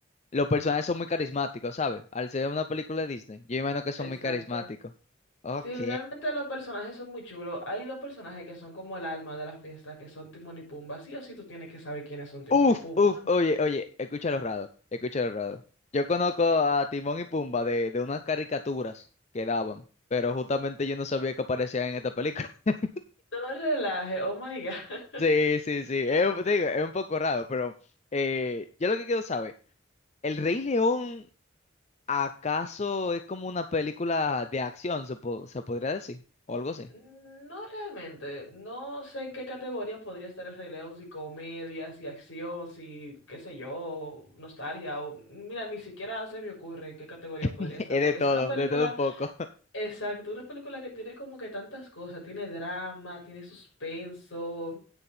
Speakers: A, on the left (about 35°); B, on the left (about 75°).
A: los personajes son muy carismáticos, ¿sabes? Al ser una película de Disney, yo imagino que son
B: Exacto.
A: muy carismáticos. Ok.
B: Sí, realmente los personajes son muy chulos. Hay dos personajes que son como el alma de la fiesta, que son Timón y Pumba. Sí o sí tú tienes que saber quiénes son Timón
A: Uf,
B: y Pumba,
A: uf,
B: ¿no?
A: oye, oye, escucha los raros, escucha los raros. Yo conozco a Timón y Pumba de, de unas caricaturas que daban, pero justamente yo no sabía que aparecían en esta película. <laughs>
B: No relaje, oh my God.
A: Sí, sí, sí, es, un- te digo, es un poco raro, pero eh, yo lo que quiero saber, ¿El Rey León acaso es como una película de acción, se, po- se podría decir? O algo así.
B: Mm, No realmente, no sé en qué categoría podría estar el Rey León, si comedia, si acción, si qué sé yo, nostalgia, o mira, ni siquiera se me ocurre en qué categoría podría
A: <laughs>
B: estar,
A: Es
B: porque
A: de todo,
B: es una película,
A: de todo un poco. <laughs>
B: exacto, una película que tiene como que tantas cosas, tiene drama, tiene suspenso,